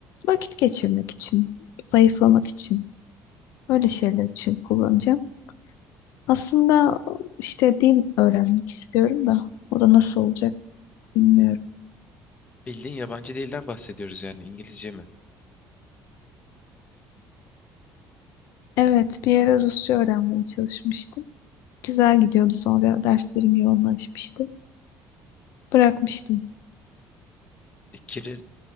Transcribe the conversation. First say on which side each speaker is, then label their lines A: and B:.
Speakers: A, on the left (about 80°); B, on the left (about 30°).
A: vakit geçirmek için, zayıflamak için, öyle şeyler için kullanacağım. Aslında işte dil öğrenmek istiyorum da o da nasıl olacak bilmiyorum.
B: Bildiğin yabancı dilden bahsediyoruz yani İngilizce mi?
A: Evet, bir ara Rusça öğrenmeye çalışmıştım. Güzel gidiyordu sonra derslerim yoğunlaşmıştı. Bırakmıştım.
B: E, Kiril,